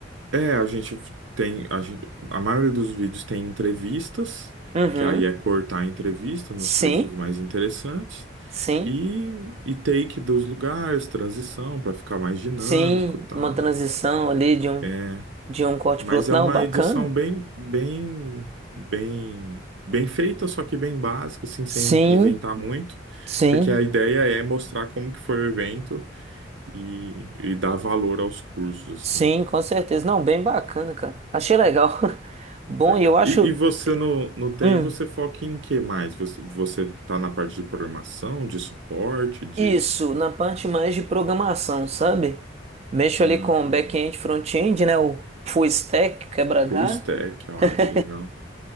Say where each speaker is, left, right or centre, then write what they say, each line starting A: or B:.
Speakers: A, on the right (about 85°); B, on the right (about 35°).
A: É, a gente tem, a gente, a maioria dos vídeos tem entrevistas,
B: Uhum.
A: que aí é cortar a entrevista nos
B: Sim,
A: trechos mais interessantes,
B: sim,
A: e, e take dos lugares, transição, para ficar mais dinâmico,
B: sim.
A: tá?
B: Uma transição ali de um,
A: É,
B: de um corte
A: mas
B: pro outro.
A: é
B: Não,
A: uma
B: bacana.
A: edição bem, bem, bem, bem feita, só que bem básica, assim, sem
B: Sim,
A: inventar muito,
B: sim.
A: porque a ideia é mostrar como que foi o evento e, e dar valor aos cursos,
B: Sim,
A: assim.
B: com certeza. Não, bem bacana, cara. Achei legal. <laughs> Bom,
A: Legal.
B: e eu acho,
A: E, e você no, no TI,
B: hum,
A: você foca em que mais? Você, você tá na parte de programação, de suporte, de...
B: isso, na parte mais de programação, sabe? Mexo
A: Ah,
B: ali com
A: que legal.
B: back-end, front-end, né? O full stack, quebra-galho.
A: Full stack, olha
B: <laughs>
A: que legal.